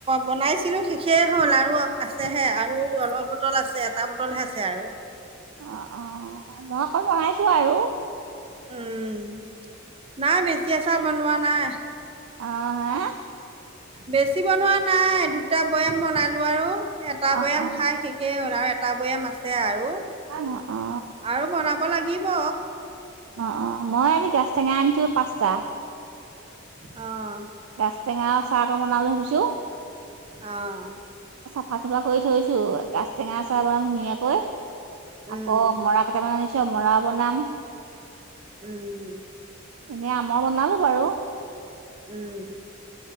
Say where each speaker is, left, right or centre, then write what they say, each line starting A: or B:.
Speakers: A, on the right; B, on the right.
A: বনাইছিলো শেষেই হ'ল, আৰু আছেহে আৰু অলপ বটল আছে এটা টা বটলহে আছে আৰু
B: অ, অ, মই অকণ বনাইছো আৰু
A: উম, নাই বেছি আ চাৰ বনোৱা নাই।
B: আহ, হা'
A: বেছি বনোৱা নাই দুটা বৈয়াম বনালোঁ আৰু এটা
B: অ অ
A: বৈয়াম খাই শেষেই হ'ল আৰু এটা বৈয়াম আছে আৰু
B: অ অ
A: আৰু বনাব লাগিব।
B: অঁ অঁ মই আজি গাজ টেঙা আনিছো পাঁচটা।
A: অঁ
B: গাজ টেঙা আচাৰ অকন‌ বনাম বুলি ভাবিছো
A: অঁ
B: চফা চাফা কৰি থৈছো গাজ টেঙা আচাৰ বনাম ধুনীয়াকৈ
A: উম
B: আকৌ মৰা কটা ব আনিছ মৰা বনাম
A: উম
B: এনে আমৰ বনালো বাৰু
A: উম